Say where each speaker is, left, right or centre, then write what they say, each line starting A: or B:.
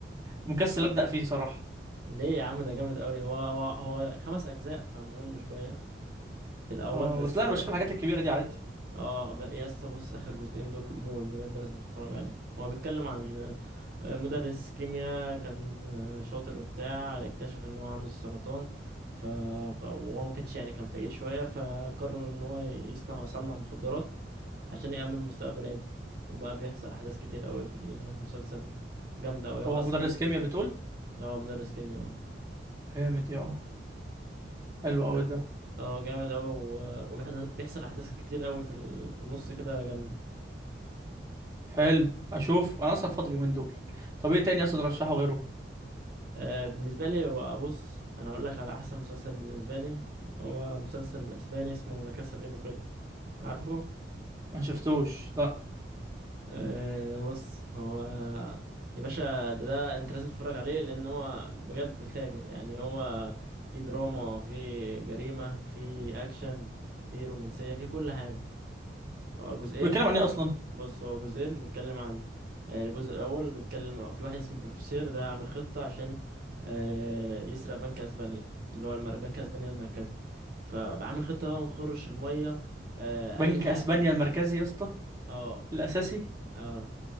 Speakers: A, on the right (about 20°); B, on the right (about 50°).
A: مكسل ابدا فيه صراحه
B: ليه يا عم ده جامد أوي هو هو هو خمس اجزاء فممل شويه في الاول
A: اه
B: بس
A: بس لا انا
B: اه
A: بشوف الحاجات الكبيره دي عادي
B: آه، ب- يا اسطى بص اخر جزئين دول موت بجد لازم تتفرج عليهم هو بيتكلم عن مدرس كيمياء كان آه، شاطر وبتاع اكتشف ان هو عنده السرطان ف وهو ما كانش يعني كان فقير شوية فقرر ان هو يصنع يصنع مخدرات عشان يأمن مستقبل عيلته وبقى بيحصل احداث كتير قوي في المسلسل جامدة قوي هو
A: هو
B: اصلا
A: مدرس كيمياء بتقول
B: هو مدرس كيمياء
A: جامد يا اه حلو قوي
B: اه
A: ده
B: اه جامد قوي وبيحصل احداث كتير قوي في ال- في النص كده جامده
A: حلو اشوف انا اصلا فاضل يومين دول طب ايه تاني يا اسطى ترشحه غيره
B: آه بالنسبه لي هو بص انا هقول لك على احسن مسلسل بالنسبه لي هو مسلسل اسباني اسمه لا كاسا دي بابيل عارفه
A: ما شفتوش لا
B: أه بص هو يا باشا ده ده انت لازم تتفرج عليه لان هو بجد فاجر يعني هو في دراما في جريمة في اكشن في رومانسية في كل حاجة هو جزئين
A: بيتكلم عن ايه اصلا
B: بص هو جزئين بيتكلم عن آه، الجزء الاول بيتكلم في واحد اسمه بروفيسير ده عامل خطة عشان آه، يسرق بنك اسبانيا اللي هو المر... بنك اسبانيا المركزي فعامل خطة بقى ما تخرش المية آه،
A: بنك
B: اي حاجة
A: اسبانيا المركزي يا اسطى
B: اه
A: الاساسي
B: اه